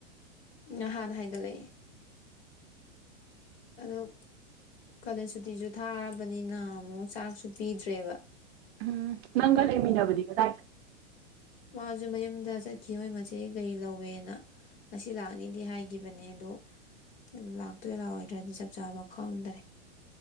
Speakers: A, on the left (about 60°); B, on the right (about 60°).
A: ꯅꯍꯥꯟꯅ ꯍꯥꯏꯒꯠꯂꯛꯑꯦ ꯑꯗꯨ ꯀꯥꯂꯦꯟ ꯁꯨꯇꯤꯁꯨ ꯊꯥꯔꯕꯅꯤꯅ ꯑꯃꯨꯛ ꯆꯥꯛꯁꯨ ꯄꯤꯗ꯭ꯔꯦꯕ
B: ꯎꯝ ꯅꯪꯒꯜ ꯑꯦꯃꯤꯅꯕꯒꯗꯥ
A: ꯃꯥꯁꯦ ꯃꯌꯨꯝꯗ ꯆꯠꯈꯤꯍꯣꯏ ꯃꯆꯦ ꯒꯥꯔꯤ ꯂꯧꯋꯦꯅ ꯉꯁꯤ ꯂꯥꯛꯅꯤꯗꯤ ꯍꯥꯏꯈꯤꯕꯅꯦ ꯑꯗꯣ ꯂꯥꯛꯇꯣꯏ ꯂꯥꯛꯑꯣꯏꯗ꯭ꯔꯗꯤ ꯆꯞ ꯆꯥꯕ ꯈꯪꯗ꯭ꯔꯦ